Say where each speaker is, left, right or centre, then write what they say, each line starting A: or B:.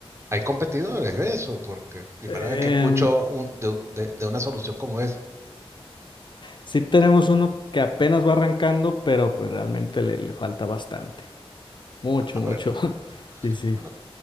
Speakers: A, on the right (about 25°); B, on the left (about 50°).
A: hay competidores de eso, porque primera
B: Em,
A: vez que escucho un- de, de- de una solución como esa.
B: sí tenemos uno que apenas va arrancando, pero pues realmente le, le falta bastante. Mucho,
A: Ah,
B: mucho.
A: bueno,
B: <laughs> Sí, sí.
A: bueno,